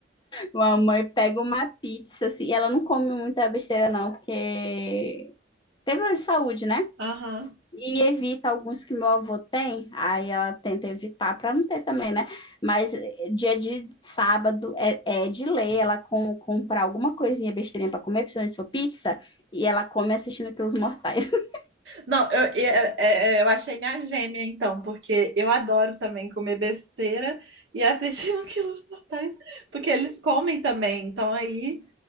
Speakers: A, on the left (about 25°); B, on the right (about 85°).
A: Mamãe pega uma pizza, assim, ela não come muita besteira não, porque tem problema de saúde, né?
B: Aham.
A: E evita alguns que meu avô tem, aí ela tenta evitar para não ter também, né? Mas eh, dia de sábado é, é de lei ela com, comprar alguma coisinha besteirinha para comer, principalmente se for pizza, e ela come assistindo Quilos Mortais. <laughs>
B: Não, eu, e- é- é- é, eu achei minha gêmea, então, porque eu adoro também comer besteira e assistir <laughs> um Quilos Mortais, porque eles comem também, então aí.